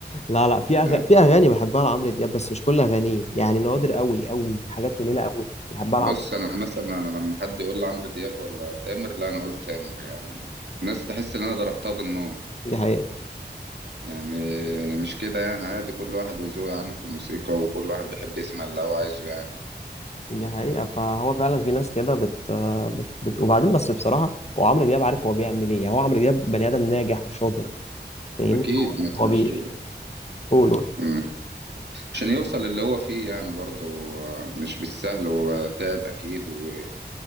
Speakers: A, on the left; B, on the right.
A: لا لا في أغ...
B: يعني
A: في اغاني بحبها لعمرو دياب بس مش كل اغانيه يعني نوادر قوي قوي حاجات قليلة قوي بحبها
B: بص
A: لعمرو
B: انا مثلا انا لما حد يقول لي عمرو دياب ولا تامر لا انا اقول تامر يعني الناس تحس ان انا ضربتها بالنار
A: دي حقيقة
B: يعني مش كده يعني عادي كل واحد وذوقه يا عم في الموسيقى وكل واحد بيحب يسمع اللي هو عايزه يعني
A: دي حقيقة فهو فعلا في ناس كده بت... بت... بت... وبعدين بس بصراحة هو عمرو دياب عارف هو بيعمل ايه يعني هو عمرو دياب بني آدم ناجح وشاطر فاهمني
B: أكيد
A: هو
B: ما
A: هو
B: كانش
A: بيقول قول.
B: م- عشان يوصل اللي هو فيه يعني برضه آه، مش بالسهل هو تعب أكيد و-